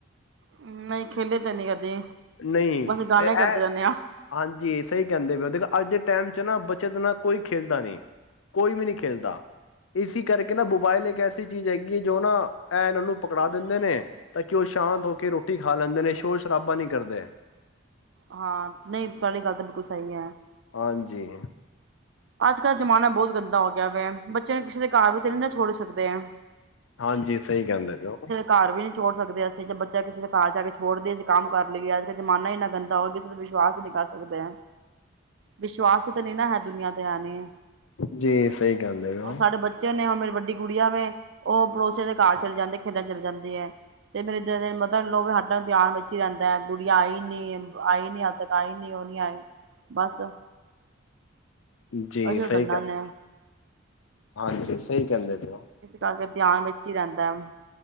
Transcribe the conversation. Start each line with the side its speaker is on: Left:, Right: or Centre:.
Right: ਨਹੀਂ ਖੇਲੇ ਤੇ ਨੀ ਕਦੇ
Left: ਨਹੀਂ
Right: ਬਸ
Left: ਇਹ
Right: ਗਾਣੇ ਕਰਦੇ
Left: ਇਹ
Right: ਰਹਿੰਦੇ ਹਾਂ
Left: ਹਾਂਜੀ ਸਹੀ ਕਹਿੰਦੇ ਵੀ ਉਹ ਦੇਖੋ ਅੱਜ ਟਾਈਮ ਚ ਨਾ ਬਚਤ ਨਾ ਕੋਈ ਖੇਲਦਾ ਨਹੀਂ ਕੋਈ ਵੀ ਨਹੀਂ ਖੇਲਦਾ ਇਸ ਕਰਕੇ ਨਾ ਮੋਬਾਇਲ ਇੱਕ ਐਸੀ ਚੀਜ਼ ਹੈਗੀ ਹੈ ਜੋ ਨਾ ਇਹ ਇਹਨਾਂ ਨੂੰ ਪਕੜਾ ਦਿੰਦੇ ਨੇ ਤਾਂ ਕਿ ਸ਼ਾਂਤ ਹੋ ਕੇ ਰੋਟੀ ਖਾ ਲੈਂਦੇ ਨੇ ਸੋ ਸ਼ਰਾਬਾ ਨਹੀਂ ਕਰਦੇ
Right: ਹਾਂ ਨਹੀਂ ਤੁਹਾਡੀ ਗੱਲ ਤਾਂ ਬਿਲਕੁਲ ਸਹੀ ਹੈ
Left: ਹਾਂਜੀ
Right: ਅੱਜ ਕੱਲ੍ਹ ਜ਼ਮਾਨਾ ਬਹੁਤ ਗੰਦਾ ਹੋ ਗਿਆ ਵਾ ਬੱਚੇ ਨੂੰ ਕਿਸੇ ਦੇ ਘਰ ਵੀ ਤੇ ਨੀ ਨਾ ਛੋੜ ਸਕਦੇ ਆ
Left: ਹਾਂਜੀ ਸਹੀ ਕਹਿੰਦੇ ਪਏ ਹੋ
Right: ਘਰ ਵੀ ਨਹੀਂ ਛੋੜ ਸਕਦੇ ਹਾਂ ਅਸੀਂ ਜਾਂ ਬੱਚਾ ਕਿਸੇ ਦੇ ਘਰ ਜਾ ਕੇ ਛੋੜਦੇ ਅਸੀਂ ਕੰਮ ਕਰ ਲਈਏ ਅੱਜ ਕੱਲ ਜ਼ਮਾਨਾ ਇੰਨਾ ਗੰਦਾ ਹੋਵੇ ਕਿਸੇ ਵਿਸ਼ਵਾਸ ਹੀ ਨਹੀਂ ਕਰ ਸਕਦੇ ਵਿਸ਼ਵਾਸ ਹੀ ਤਾਂ ਨ ਨਾ ਹੈ ਦੁਨੀਆਂ ਹੈ ਨੀ
Left: ਜੀ ਸਹੀ ਕਹਿੰਦੇ ਪਏ ਹੋ
Right: ਹੁਣ ਸਾਡੇ ਬੱਚੇ ਨੇ ਹੁਣ ਮੇਰੀ ਵੱਡੀ ਗੁੜੀਆਂ ਵੈ ਉਹ ਪੜੋਸੇ ਦੇ ਕਾਰ ਚਲੇ ਜਾਂਦੇ ਖੇਡਣ ਚਲੇ ਜਾਂਦੀ ਹੈ ਤੇ ਮੇਰੇ ਦਿਨ ਦਿਨ ਮਤਾਬ ਲੋ ਸਾਡਾ ਧਿਆਨ ਵਿੱਚ ਹੀ ਰਹਿੰਦਾ ਹੈ ਗੁੜੀਆਂ ਆਈ ਨੀ ਆਈ ਨੀ ਹਲੇ ਤੱਕ ਆਈ ਨੀ ਉਹ ਨੀ ਆਈ ਬਸ ਇਹੀਓ
Left: ਜੀ ਸਹੀ
Right: ਗੱਲਾਂ
Left: ਗੱਲ
Right: ਨੇ
Left: ਹਾਂਜੀ ਸਹੀ ਕਹਿੰਦੇ ਪਏ ਹੋ
Right: ਇਸ ਕਰਕੇ ਧਿਆਨ ਵਿੱਚ ਹੀ ਰਹਿੰਦਾ